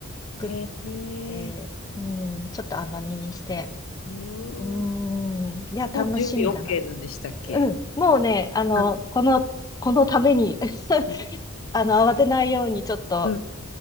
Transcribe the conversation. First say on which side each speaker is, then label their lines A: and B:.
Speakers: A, on the left; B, on the left.
A: 作っ
B: へえ。
A: て、うん、ちょっと甘めにして。
B: うーん。
A: うん。
B: も
A: いや、楽しみだな。
B: う準備 OK なんでしたっけ
A: うん。もうね、あの、
B: う
A: この、このために <laughs>
B: ん
A: あの、慌てないようにちょっと、
B: うん